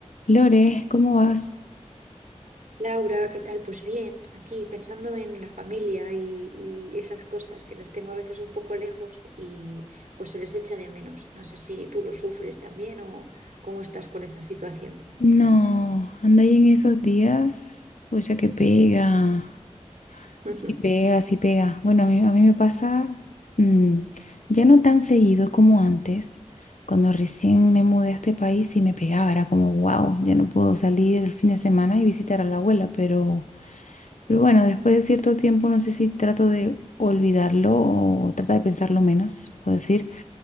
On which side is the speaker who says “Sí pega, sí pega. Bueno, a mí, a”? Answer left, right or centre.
Left